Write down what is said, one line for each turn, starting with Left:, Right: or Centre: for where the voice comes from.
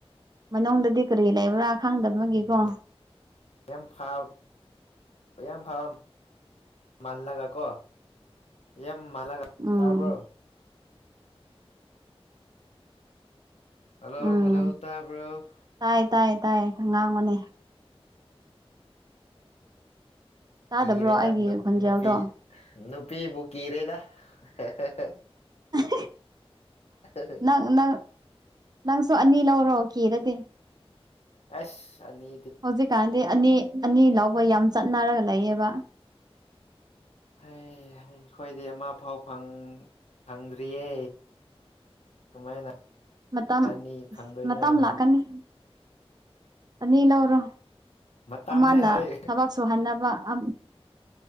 Right: ꯃꯅꯨꯡꯗꯗꯤ ꯀꯔꯤ ꯂꯩꯕ꯭ꯔꯥ ꯈꯪꯗꯕꯒꯤꯀꯣ
Left: ꯎꯝ ꯌꯥꯝ ꯐꯥ ꯌꯥꯝ ꯐꯕ ꯃꯥꯜꯂꯒ ꯀꯣ ꯌꯥꯝ ꯃꯥꯜꯂꯒ
Right: ꯎꯝ
Left: ꯇꯥꯔꯕ꯭ꯔꯣ ꯍꯜꯂꯣ
Right: ꯎꯝ
Left: ꯍꯜꯂꯣ ꯇꯕ꯭ꯔꯣ
Right: ꯇꯥꯏ ꯇꯥꯏ ꯇꯥꯏ ꯉꯥꯡꯉꯣꯅꯦ ꯇꯥꯗꯕ꯭ꯔꯣ
Left: ꯀꯤꯔꯦꯗ
Right: ꯑꯩꯒꯤ
Left: ꯅꯨꯞ
Right: ꯈꯣꯟꯖꯦꯜꯗꯣ
Left: -ꯅꯨꯄꯤ ꯅꯨꯄꯤꯕꯨ ꯀꯤꯔꯦꯗ ꯍꯦ ꯍꯦ ꯍꯦ
Right: ꯎ
Left: <unintelligible>
Right: ꯅꯪ ꯅꯪ ꯅꯪꯁꯨ ꯑꯅꯤ ꯂꯧꯔꯣ ꯀꯤꯔꯗꯤ
Left: ꯑꯁ ꯑꯅꯤ
Right: ꯍꯧꯖꯤꯛꯀꯥꯟꯗꯤ ꯑꯅꯤ ꯑꯅꯤ ꯂꯧꯕ ꯌꯥꯝ ꯆꯠꯅꯔꯒ ꯂꯩꯌꯦꯕ
Left: ꯍꯩ ꯍꯩ ꯑꯩꯈꯣꯏꯗꯤ ꯑꯃ ꯐꯥꯎ ꯐꯪꯗ꯭ꯔꯤꯌꯦ ꯀꯃꯥꯏꯅ
Right: ꯃꯇꯝ
Left: ꯑꯅꯤ ꯐꯪꯗꯣꯏꯅꯣ
Right: ꯃꯇꯝ ꯂꯥꯛꯀꯅꯤ ꯑꯅꯤ ꯂꯧꯔꯣ
Left: ꯃꯇꯝꯅꯦ
Right: ꯑꯃꯅ
Left: ꯍꯧꯖꯤꯛ
Right: ꯊꯕꯛ ꯁꯨꯍꯟꯅꯕ ꯑꯝ-